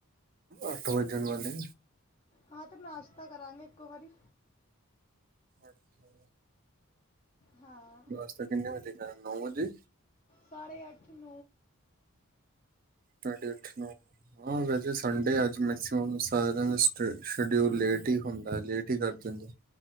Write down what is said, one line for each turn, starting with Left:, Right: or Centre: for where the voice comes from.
Right: ਅਠੋ ਵਜਣ ਵਾਲੇ
Left: ਹਾਂ ਤੇ ਨਾਸ਼ਤਾ ਕਰਾਂਗੇ ਇੱਕੋ ਵਾਰੀ
Right: ਅੱਛਾ
Left: ਹਾਂ
Right: ਨਾਸਤਾ ਕਿੰਨੇ ਵਜੇ ਖਾਯਾ ਨੋ ਵਜੇ
Left: ਸਾਢੇ ਅੱਠ ਨ
Right: ਸਾਡੇ ਅੱਠ ਨੌ ਹਾਂ ਵੈਸੇ ਸੰਡੇ ਅੱਜ ਮੈਕਸੀਮ ਸਾਰਿਆਂ ਦਾ ਸਸ ਸ਼ਡਿਊਲ ਲੇਟ ਹੀ ਹੁੰਦਾ ਲੇਟ ਹੀ ਕਰ ਦਿੰਦੇ